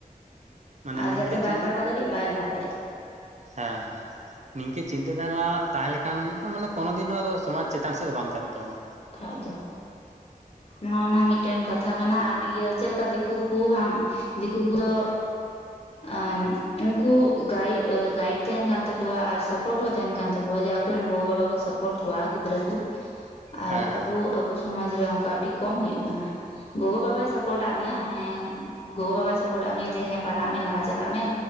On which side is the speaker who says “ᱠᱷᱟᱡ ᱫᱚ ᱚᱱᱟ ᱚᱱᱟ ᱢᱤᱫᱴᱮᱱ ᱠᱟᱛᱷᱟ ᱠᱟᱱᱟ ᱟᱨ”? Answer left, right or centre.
Left